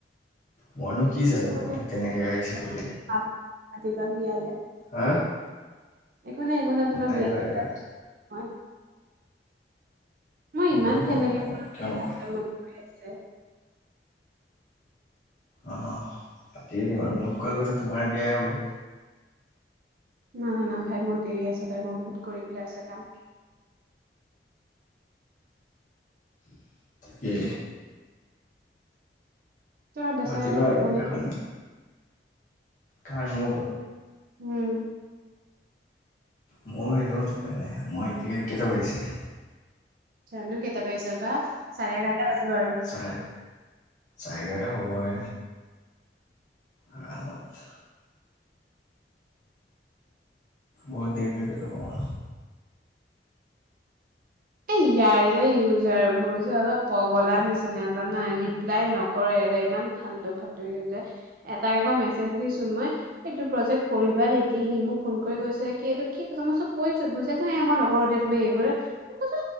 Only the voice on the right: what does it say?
একো নাই
বিয়া
খাবলৈ পাম মাতিবা বিয়ালে
একো নাই, একো নাই তোমাৰ
বিয়া খাবলে
হয়। মই ইমান
ফেমিলি
পৰা বিয়া
খাবলে মন কৰি আছে
না না না ভাই মোৰ দেৰি আছে ভাই মই বহুত কৰি পেলাই আছে কাম।
তই বেচেৰাটো
টোপনি
উম।
জানো কেইটা বাজিছে বা চাৰে এঘাৰটা বাজিব আৰু।
এই ইয়াৰ যে ইউজাৰ বোৰ যে অলপ পগলা নিচিনা জানা ৰিপ্লাই নকৰে-ৰে ইমান। ফাল্টু-ফাল্টু ইউজাৰ এটাক আকৌ মেছেজ দিছো মই। এইটো প্ৰজেক্ট কৰিবা নেকি? সি মোক ফোন কৰি গৈছে কি এইটো? কি মই চব কৈছো বুজাই। নাই মই নকৰো দিয়া তুমি এইবোৰে। মানে